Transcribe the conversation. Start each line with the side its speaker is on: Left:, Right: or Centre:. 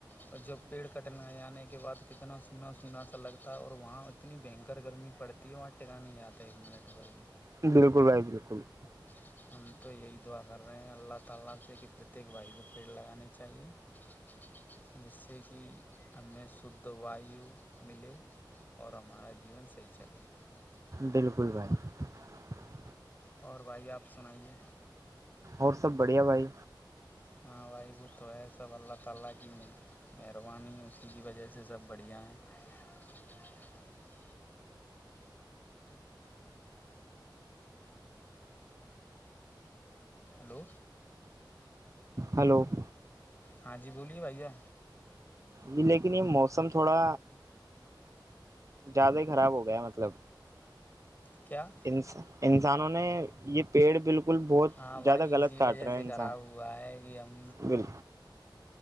Left: اور جب پیڑ کٹنے جانے کے بعد کتنا <unintelligible> سنا سنا سا لگتا ہے اور وہاں اتنی بھینکر گرمی پڑتی ہے وہاں ٹکا نہیں جاتا ہے ایک منٹ گ بھی <unintelligible>
Right: بالکل بھائی بالکل <unintelligible>
Left: <unintelligible>
Right: بالکل بھائی <unintelligible>
Left: اور بھائی آپ سنائیے
Right: اور سب بڑھیا بھائی
Left: <unintelligible> ہلو
Right: ہلو <unintelligible>
Left: ہاں جی بولیے بھیا
Right: جی لیکن یہ موسم تھوڑا زیادہ ہی خراب ہو گیا مطلب
Left: کیا
Right: ان انسانوں نے یہ پیڑ بالکل بہت
Left: ہاں
Right: زیادہ
Left: بھائی
Right: غلط
Left: اسی
Right: کاٹ
Left: وجہ
Right: رہا ہے
Left: سے
Right: انسان
Left: خراب ہوا ہے کہ ہم
Right: بال